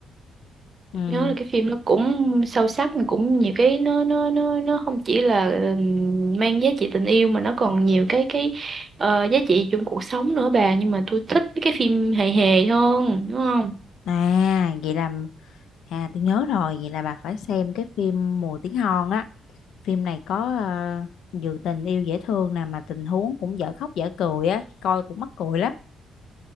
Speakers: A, on the left; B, on the right.
A: Ừ.
B: nhớ là cái phim nó cũng sâu sắc mà cũng nhiều cái nó nó nó nó không chỉ là ừ, mang giá trị tình yêu mà nó còn nhiều cái cái ờ, giá trị trong cuộc sống nữa bà nhưng mà tôi thích mấy cái phim hề hề hơn đúng không
A: À, vậy là À tôi nhớ rồi, vậy là bà phải xem cái phim Mùa Tiếng Hòn á. Phim này có uh, vừa tình yêu dễ thương nè mà tình huống cũng dở khóc dở cười á, coi cũng mắc cười lắm.